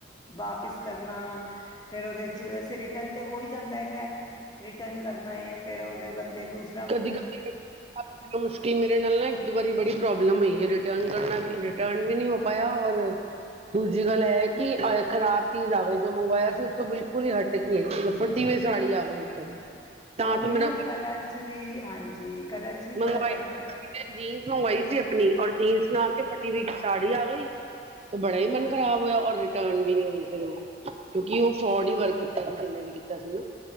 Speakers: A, on the left (about 20°); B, on the right (about 35°).
A: ਵਾਪਿਸ ਕਰਨਾ ਫੇਰ ਉਹਦੇ ਚ, ਵੈਸੇ ਰਿਟਰਨ ਤੇ ਹੋ ਹੀ ਜਾਂਦਾ ਹੈ ਖੈਰ। ਰਿਟਰਨ ਕਰਨਾ ਹੈ ਫੇਰ ਉਹਦੇ ਬਦਲੇ ਦੂਸ
B: ਕਦੀ ਕਦੇ <unintelligible> ਇਨੀ ਮੁਸ਼ਕਿਲ ਮੇਰੇ ਨਾਲ ਨਾ ਇੱਕ ਦੋ ਬਾਰੀ ਬੜੀ ਪ੍ਰੋਬਲਮ ਹੋਈ ਐ ਰਿਟਰਨ ਕਰਨਾ ਵੀ ਰਿਟਰਨ ਵੀ ਨਹੀਂ ਹੋ ਪਾਇਆ ਔਰ ਦੂਜੀ ਗੱਲ ਇਹ ਕਿ ਖ਼ਰਾਬ ਚੀਜ਼ ਆਗੀ, ਜੋ ਮੰਗਵਾਇਆ ਸੀ ਉਸ ਤੋਂ ਬਿਲਕੁਲ ਹੀ ਹੱਟ। ਤੇ <unintelligible> ਫਟੀ ਵੀ ਸਾੜੀ ਆ ਗਈ। ਵਾਰੀ ਤਾਂ
A: ਉਹੀ
B: ਤੋਂ ਮੇਰਾ
A: ਨਾ ਕਲਰ ਚ ਵੀ ਹਾਂਜੀ। ਕਲਰ ਚ ਵੀ
B: ਮੰਗਵਾਈ
A: ਫ਼ਰਕ ਆ ਜਾਂਦਾ
B: ਸੀ <unintelligible> ਜੀਨਸ ਮੰਗਵਾਈ ਸੀ ਆਪਣੀ ਔਰ ਜੀਨਸ ਨਾ ਕੇ ਫਟੀ ਵੀਈ ਸਾੜੀ ਆ ਗਈ। ਤੇ ਬੜਾ ਹੀ ਮਨ ਖ਼ਰਾਬ ਹੋਇਆ। ਔਰ ਰਿਟਰਨ ਵੀ ਨਹੀਂ ਹੋਈ ਫਿਰ ਉਹ। ਕਿਉਂਕਿ ਉਹ ਫਰੋਡ ਹੀ ਵਰਕ ਕੀਤਾ ਸੀ ਜਿੰਨੇ ਵੀ ਕੀਤਾ ਸੀ ਨਾ।